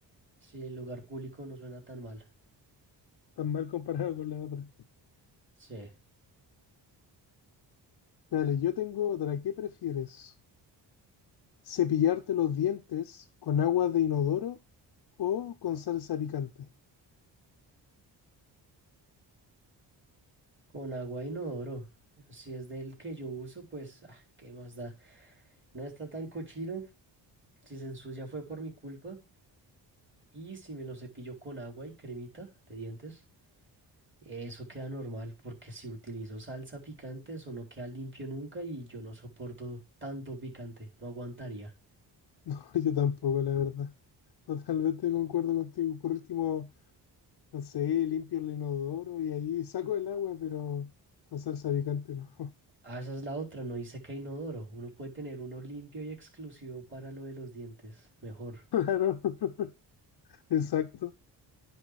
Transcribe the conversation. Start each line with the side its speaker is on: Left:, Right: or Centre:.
Right: Si el lugar público no suena tan mal.
Left: tan mal comparado con la otra.
Right: Sí,
Left: Dale, yo tengo otra. ¿Qué prefieres? ¿Cepillarte los dientes con agua de inodoro o con salsa picante?
Right: con agua e inodoro. Si es del que yo uso, pues, ah, ¿qué más da? No está tan cochino. Si se ensucia fue por mi culpa. Y si me lo cepillo con agua y cremita de dientes, eso queda normal, porque si utilizo salsa picante, eso no queda limpio nunca y yo no soporto tanto picante, no aguantaría.
Left: <laughs> Yo tampoco, la verdad. Totalmente concuerdo contigo. Por último, no sé, limpio el inodoro y ahí saco el agua, pero con salsa picante no.
Right: Ah, esa es la otra, no dice que hay inodoro. Uno puede tener uno limpio y exclusivo para lo de los dientes. Mejor.
Left: <laughs> Claro, <laughs> exacto.